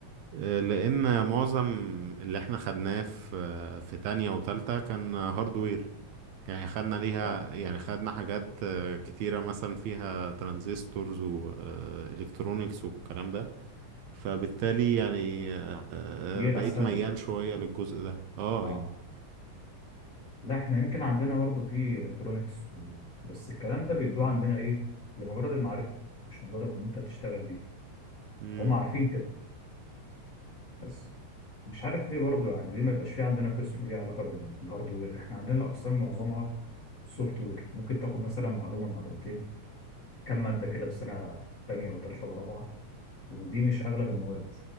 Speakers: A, on the right; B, on the left.
A: آه، لان معظم اللي احنا خدناه في في تانية وتالتة كان هاردوير يعني خدنا ليها
B: اه
A: يعني خدنا حاجات آه، كتيرة مثلا فيها ترانزستورز والكترونيكس والكلام ده فبالتالي يعني آه، آه،
B: دي
A: بقيت
B: اسهل
A: ميال
B: لك
A: شوية للجزء ده اه
B: اه
A: يعني
B: لا احنا يمكن عندنا برضه في الكترونكس بس الكلام ده بيدوه عندنا ايه لمجرد المعرفه مش مجرد ان انت تشتغل بيه
A: امم
B: هم عارفين كده بس مش عارف ليه برضه يعني ليه ما يبقاش في عندنا قسم ليه علاقه بال- بالهاردوير احنا عندنا الاقسام معظمها سوفت وير ممكن تاخد مثلا معلومه معلومتين كم ماده كده في سنه تانية وتالتة ورابعة ودي مش اغلب المواد